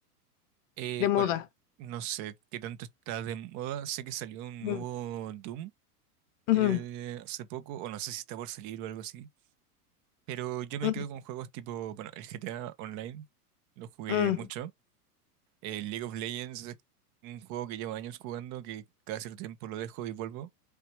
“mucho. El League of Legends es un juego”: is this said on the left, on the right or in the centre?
Right